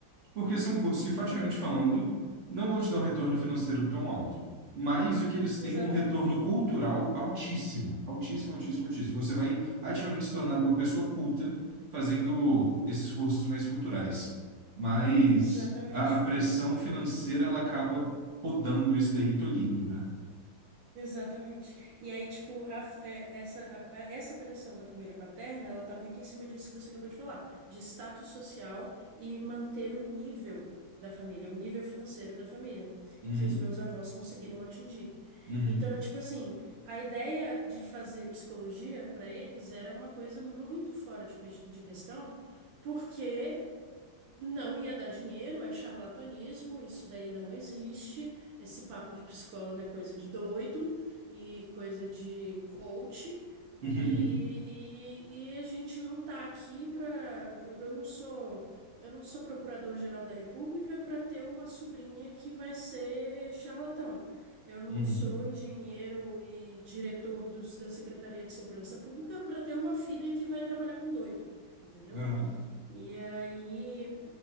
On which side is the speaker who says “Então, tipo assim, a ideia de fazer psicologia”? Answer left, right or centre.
Right